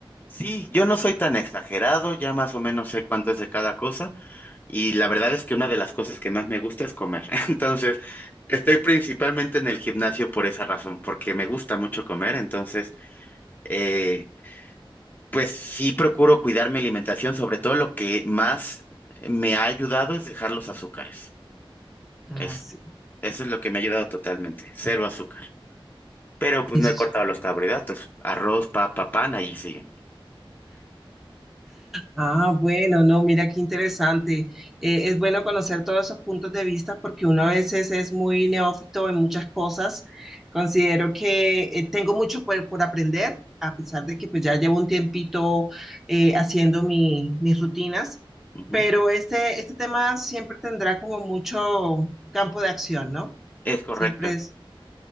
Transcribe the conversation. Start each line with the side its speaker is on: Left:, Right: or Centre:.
Left: Sí, yo no soy tan exagerado, ya más o menos sé cuánto es de cada cosa. Y la verdad es que una de las cosas que más me gusta es comer. <laughs> Entonces, estoy principalmente en el gimnasio por esa razón, porque me gusta mucho comer. Entonces, eh, Pues sí procuro cuidar mi alimentación, sobre todo lo que más me ha ayudado es dejar los azúcares.
Centre: Ah,
Left: Eso,
Centre: sí.
Left: eso es lo que me ha ayudado totalmente, cero azúcar. Pero pues
Centre: Eso
Left: no he cortado
Centre: es.
Left: los carbohidratos, arroz, papa, pan, allí siguen.
Centre: Ah, bueno, no, mira qué interesante. Eh, es bueno conocer todos esos puntos de vista porque uno a veces es muy neófito en muchas cosas. Considero que eh, tengo mucho por, por aprender, a pesar de que pues ya llevo un tiempito eh, haciendo mi- mis rutinas,
Left: Ujú.
Centre: pero este, este tema siempre tendrá como mucho campo de acción, ¿no?
Left: Es correcto.
Centre: Siempre es,